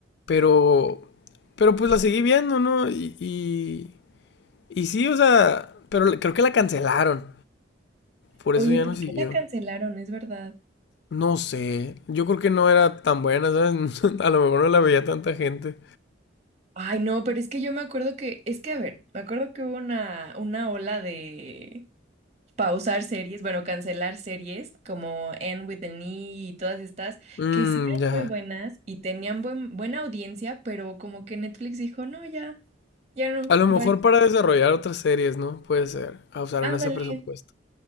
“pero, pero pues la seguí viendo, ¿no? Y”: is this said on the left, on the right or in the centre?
Left